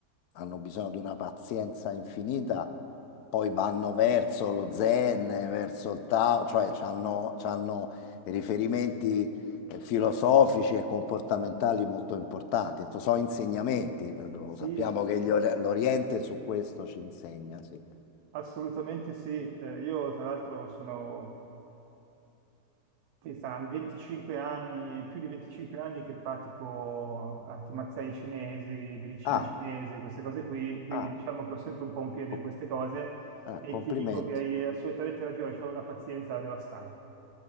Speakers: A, on the left (about 75°); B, on the right (about 75°).
A: hanno bisogno di una pazienza infinita, poi vanno verso lo zen, verso il Tao, cioè hanno, riferimenti eh, filosofici e comportamentali molto importanti, To- sono insegnamenti, eh, lo
B: Sì,
A: sappiamo
B: sì,
A: che gli or- l'Oriente su questo ci insegna, sì.
B: assolutamente sì. Eh, io tra l'altro sono Sì, saranno 25 anni, più di 25 anni che pratico arti marziali cinesi, medicina
A: Ah,
B: cinese, queste cose qui, quindi
A: ah.
B: diciamo che ho sempre un po' un piede
A: co-
B: in queste cose
A: Eh,
B: e
A: complimenti.
B: ti dico che hai assolutamente ragione, ci vuole una pazienza devastante.